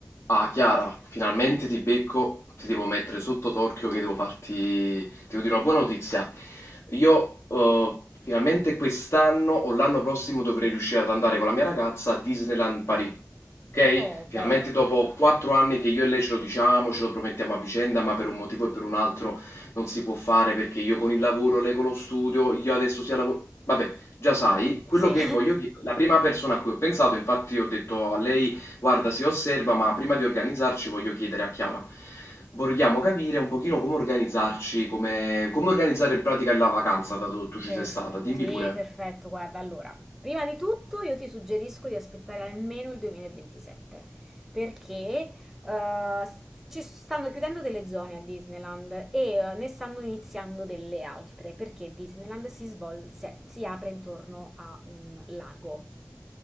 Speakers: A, on the left; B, in the centre.
A: Ah, Chiara, finalmente ti becco, ti devo mettere sotto torchio che devo farti, ti devo dire una buona notizia. Io eh, finalmente quest'anno o l'anno prossimo dovrei riuscire ad andare con la mia ragazza a Disneyland Paris. Ok?
B: Oh, bello.
A: Finalmente dopo quattro anni che io e lei ce lo diciamo, ce lo promettiamo a vicenda, ma per un motivo e per un altro non si può fare perché io con il lavoro, lei con lo studio, io adesso sia lavoro... Vabbè, già sai, quello
B: Sì,
A: che voglio chiedere, la prima persona a cui ho pensato, infatti ho detto a lei Guarda, si osserva, ma prima di organizzarci voglio chiedere a Chiara. Vogliamo capire un pochino come organizzarci, come, come organizzare in pratica la vacanza, dato
B: <laughs>
A: che tu ci
B: perf-
A: sei stata. Dimmi
B: sì,
A: pure.
B: perfetto. Guarda, allora, prima di tutto io ti suggerisco di aspettare almeno il 2027, perché eh, s- ci stanno chiudendo delle zone a Disneyland e eh, ne stanno iniziando delle altre, perché Disneyland si svol- si si apre intorno a un lago.